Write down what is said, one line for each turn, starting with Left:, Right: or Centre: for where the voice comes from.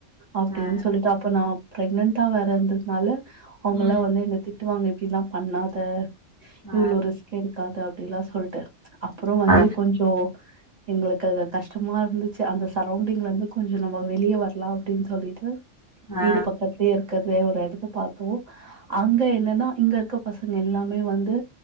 Right: அப்டின்னு
Left: ஆ.
Right: சொல்லிட்டு அப்ப நா பிரெக்னன்டா வேற இருந்ததுனால அவுங்கலா
Left: ம்.
Right: வந்து என்ன திட்டுவாங்க இப்டில்லா பண்ணாத
Left: ஆ.
Right: இவ்ளோ ரிஸ்க எடுக்காத அப்டிலா சொல்ட்டு அப்றொ வந்து
Left: ஆ.
Right: கொஞ்சோ எங்களுக்கு அதுகஷ்டமா இருந்துச்சு அந்த சரவுண்டிங்லிருந்து கொஞ்சொ நம்ம வெளியே வரலா அப்டின்னு சொல்லிட்டு
Left: ஆ.
Right: ஈடு கட்டுடனு இருக்க ஒரு எடத்த பாத்தோ அங்க என்னன்னா இங்க இருக்க பசங்க எல்லாமே வந்து